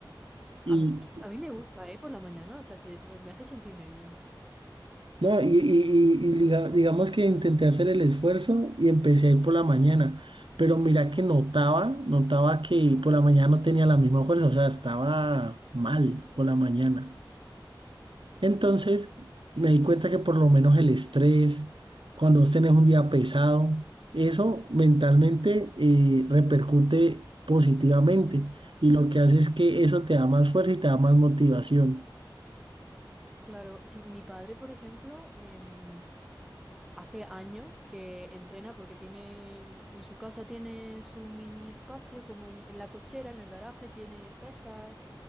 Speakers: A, in the centre; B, on the right.
A: A
B: Y,
A: mí, a mí me gusta, ¿eh? Por la mañana, o sea, se- me, me hace sentirme bien.
B: no, y, y- y- y diga- digamos que intenté hacer el esfuerzo y empecé a ir por la mañana, pero mira que notaba, notaba que por la mañana no tenía la misma fuerza, o sea, estaba mal por la mañana. Entonces, me di cuenta que por lo menos el estrés, cuando vos tenés un día pesado, eso mentalmente eh, repercute positivamente y lo que hace es que eso te da más fuerza y te da más motivación.
A: Claro, sí, mi padre, por ejemplo, em, hace años que entrena porque tiene, en su casa tiene su mini espacio, como en, en la cochera, en el garaje, tiene pesas,